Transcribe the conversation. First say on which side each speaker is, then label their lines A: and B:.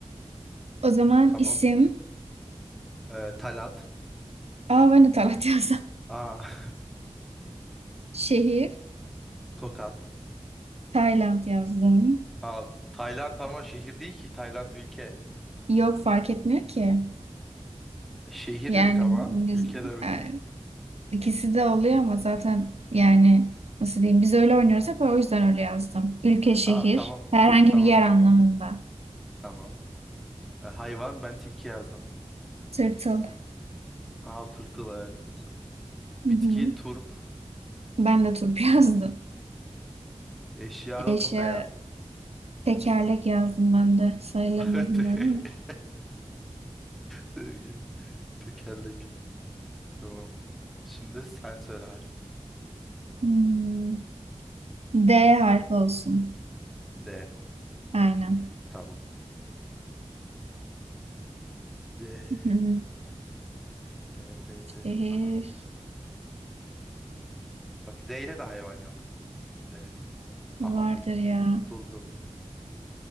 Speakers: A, on the right; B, in the centre.
A: O zaman
B: Tamam.
A: isim.
B: Ee, Talat.
A: Aa ben de Talat yazdım.
B: Aa
A: <laughs> Şehir
B: <laughs> Tokat.
A: Tayland yazdım.
B: Aa Tayland ama şehir değil ki. Tayland ülke.
A: Yok fark etmiyor ki.
B: Şehir
A: Yani
B: dedik ama.
A: biz
B: Ülke demedik.
A: e, ikisi de oluyor ama zaten yani nasıl diyeyim biz öyle oynuyoruz hep o yüzden öyle yazdım. Ülke şehir
B: Aa tamam.
A: herhangi
B: Tamam
A: bir yer
B: o
A: anlamında.
B: zaman. Tamam. Ee, hayvan ben tilki yazdım.
A: Tırtıl.
B: Aa tırtıl evet tırtıl. Bitki
A: Hı hı.
B: turp.
A: Ben de turp <laughs> yazdım.
B: Eşyada
A: Eşya
B: toka yazdım.
A: tekerlek yazdım ben de. Sayılır
B: <laughs>
A: mı bilmiyorum
B: Te-
A: ama.
B: te- Tekerlek. Tamam. Şimdi sen söyle harf.
A: Hmm, D harfi olsun.
B: D.
A: Aynen.
B: Hmm, tamam. D.
A: Hı hı.
B: D. D. D. D.
A: Şehir.
B: Aha. Bak D ile de hayvan yok. D. Aha
A: Vardır
B: bul
A: ya.
B: buldum.